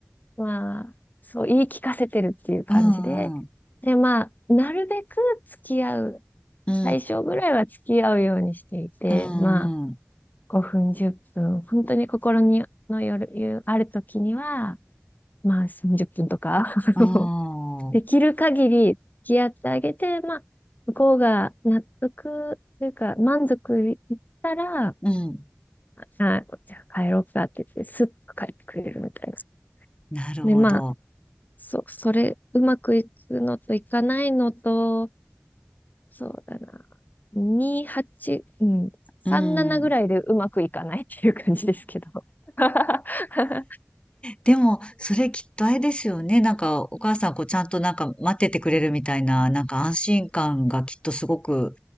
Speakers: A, on the left; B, on the left.
A: まあ、そう言い聞かせてるっていう感じで、
B: うん、うん、
A: で、まあ、なるべく付き合う、
B: う
A: 最初ぐらいは付き合うようにしていて、
B: ん、うん、
A: まあ、
B: うん、
A: 5分、10分、本当に心にのよる、ある時には、まあ、30分とか
B: うん、
A: <laughs> できる限り付き合ってあげて、まあ、向こうが納得というか、満足いったら、
B: うん。
A: あ、じゃあ帰ろうかって言って、スッと帰ってくれるみたいな。
B: なるほど。
A: で、まあ、そ、それ、うまくいくのといかないのと、そうだな、2、8、うん、3、
B: うん。
A: 7ぐらいでうまくいかないっていう感じですけど。<laughs>
B: でも、それきっとあれですよね。なんか、お母さんこうちゃんとなんか待っててくれるみたいな、なんか安心感がきっとすごく